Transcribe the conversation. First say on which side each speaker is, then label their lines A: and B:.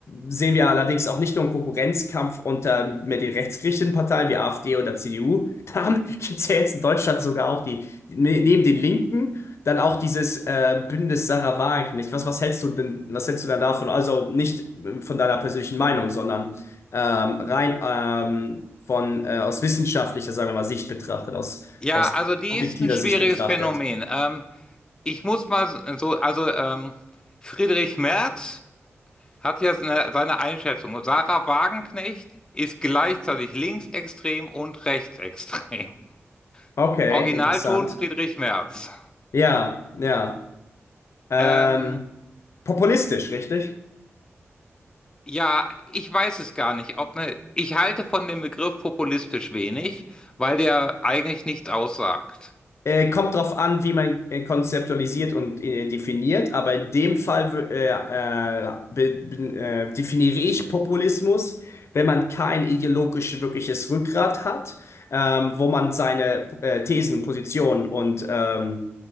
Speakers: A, on the left; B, on the left.
A: sehen wir allerdings auch nicht nur einen Konkurrenzkampf unter mit den rechtsgerichteten Parteien wie AfD oder CDU. <laughs> Da gibt es ja jetzt in Deutschland sogar auch die, neben den Linken dann auch dieses äh, Bündnis Sarah Wagenknecht. Was, was hältst du denn, was hältst du denn davon? Also nicht äh, von deiner persönlichen Meinung, sondern ähm, rein ähm, von äh, aus wissenschaftlicher, sagen wir mal, Sicht betrachtet, aus,
B: Ja,
A: aus
B: also die
A: objektiver
B: ist ein schwieriges
A: Sicht betrachtet.
B: Phänomen. Ähm, ich muss mal so, also ähm, Friedrich Merz hat ja seine, seine Einschätzung. Und Sarah Wagenknecht ist gleichzeitig linksextrem und rechtsextrem. <laughs>
A: Okay,
B: Originalton
A: interessant.
B: Friedrich Merz.
A: Ja, ja. Ähm,
B: Ähm,
A: populistisch, richtig?
B: ja, ich weiß es gar nicht. Ob ne, ich halte von dem Begriff populistisch wenig, weil der eigentlich nichts aussagt.
A: Äh, kommt drauf an, wie man äh, konzeptualisiert und äh, definiert, aber in dem Fall wür- äh, äh, be, be, äh, definiere ich Populismus, wenn man kein ideologisch wirkliches Rückgrat hat, ähm, wo man seine äh, Thesen, Positionen und, ähm,